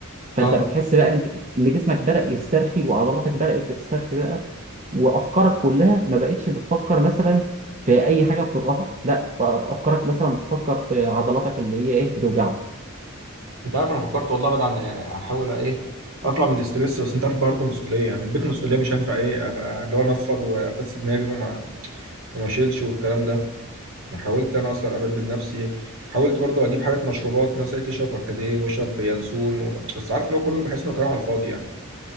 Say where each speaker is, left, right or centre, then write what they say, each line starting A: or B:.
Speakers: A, on the right; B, on the right.
A: فأنت
B: اه
A: بتحس بقى إن إن جسمك بدأ يسترخي وعضلاتك بدأت تسترخي بقى وأفكارك كلها ما بقتش بتفكر مثلا في أي حاجة بتضغطك لا بقى أفكارك مثلا بتفكر في عضلاتك اللي هي إيه بتوجعك
B: انت عارف انا فكرت والله بعد عن يعني احاول ايه اطلع من الاسترس بس انت عارف برضه مسؤوليه يعني البيت مسؤوليه مش هينفع ايه أف- اللي هو انفض وافسد دماغي وما وما اشيلش والكلام ده يعني حاولت انا اصلا ابعد من نفسي حاولت برضه اجيب حاجات مشروبات ناس قالت لي شرب كركديه وشرب ينسون و... بس عارف اللي هو كله بحس انه كلام على الفاضي يعني